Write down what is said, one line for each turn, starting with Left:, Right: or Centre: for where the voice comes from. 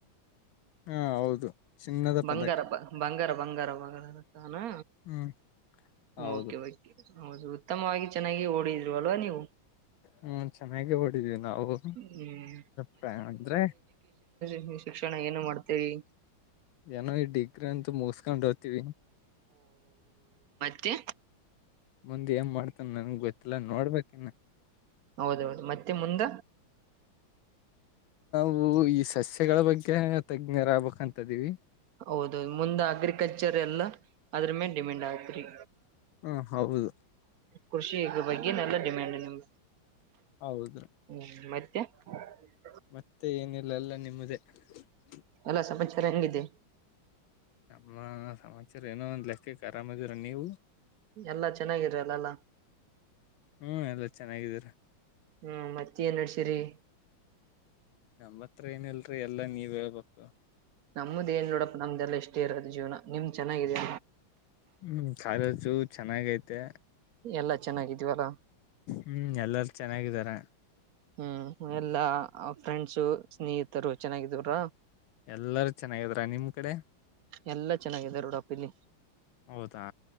Left: ಹಾಂ ಹೌದು. ಚಿನ್ನದ
Right: ಬಂಗಾರ
Left: ಪದಕ
Right: ಬಂಗಾರ ಬಂಗಾರ ಬಂಗಾರ ಅನು
Left: ಹ್ಮ್ ಹೌದು
Right: ಓಕೆ ಬೈ. ಹೌದು ಉತ್ತಮವಾಗಿ ಚೆನ್ನಾಗಿ ಓಡಿದ್ರು ಅಲ್ವಾ ನೀವು?
Left: ಹ್ಮ ಚೆನ್ನಾಗೇ ಓಡಿದೀವಿ ನಾವು
Right: ಹ್ಮ್
Left: ಪ್ರ ಅಂದ್ರೆ
Right: ಇನ್ನು ಶಿಕ್ಷಣ ಏನು ಮಾಡ್ತೀರಿ?
Left: ಏನೋ ಈ ಡಿಗ್ರಿ ಅಂತೂ ಮುಗಿಸಕೊಂಡ್ ಹೋತೀವಿ.
Right: ತ್ತೆ
Left: ಮುಂದೆ ಏನ್ ಮಾಡ್ ತ ನಂಗ್ ಗೊತ್ತಿಲ್ಲ ನೋಡ್ಬೇಕ್ ಇನ್ನು
Right: ಹೌದೌದ್. ಮತ್ತೆ ಮುಂದ?
Left: ವೂ ಇಸ್ ಸಸ್ಯಗಳ ಬಗ್ಗೆ ತಜ್ಞರ ಆಗ್ಬೇಕ ಅಂತ ಇದಿವಿ
Right: ಹೌದು ಮುಂದ ಅಗ್ರಿಕಲ್ಚರ್ ಎಲ್ಲ ಅದ್ರ ಮೇಲೇ ಡಿಮೆಂಡ್ ಆಗ್ತ್ರಿ
Left: ಹಾ ಹೌದು
Right: ಕೃಷಿ ಬಗ್ಗೆನೆಲ್ಲ ಡಿಮ್ಯಾಂಡ್ ನಿಮ್ಗೆ
Left: ಹೌದು
Right: ಹ್ಮ್ ಮತ್ತೆ ಚ್ <unintelligible>
Left: ಮತ್ತೆ ಏನಿಲ್ಲ ಎಲ್ಲ ನೀ ಸಮದ <unintelligible>
Right: ಎಲ್ಲ ಸಮಚಾರ ಹೆಂಗಿದೆ
Left: ನಮ್ಮ ಸಮಾಚಾರ ಏನೋ ಒಂದ್ ಲೆಕ್ಕಕ್ಕೆ ಆರಾಮ ಇದೀರ ನೀವು
Right: ಎಲ್ಲಾ ಚೆನ್ನಾಗಿರಲ್ಲಲ್ಲ
Left: ಹ್ಮ್ ಎಲ್ಲಾ ಚೆನ್ನಾಗಿದೀರ
Right: ಹ್ಮ್ ಮತ್ತ ಏನ್ ನಡ್ಸಿರಿ
Left: ನಮ್ಮ ಹತ್ರ ಏನಲ್ರಿ ಎಲ್ಲಾ ನೀವ್ ಹೇಳ್ಬೇಕು
Right: ನಮದ್ ಏನ್ ನೋಡಪ್ಪ ನಮ್ದಲ್ಲ ಇಷ್ಟೇ ಇರೋದು ಜೀವನ ನಿಮ್ ಚೆನ್ನಾಗಿದೆ
Left: ಹ್ಮ್ ಕಾಲೇಜು ಚೆನ್ನಾಗ ಐತೆ
Right: ಎಲ್ಲಾ ಚೆನ್ನಾಗಿದೀವಲ್ಲ
Left: ಹ್ಮ್ ಎಲ್ಲಾರ ಚೆನ್ನಾಗಿದಾರ
Right: ಹ್ಮ್ ಎಲ್ಲಾ ಫ್ರೆಂಡ್ಸು ಸ್ನೇಹಿತರು ಚೆನ್ನಾಗಿದವ್ರ
Left: ಎಲ್ಲಾರ ಚೆನ್ನಾಗಿದ್ರ ನಿಮ್ ಕಡೆ
Right: ಎಲ್ಲಾ ಚೆನ್ನಾಗಿದೆ ರೋಡಪ್ಪ ಇಲ್ಲಿ
Left: ಹೌದಾ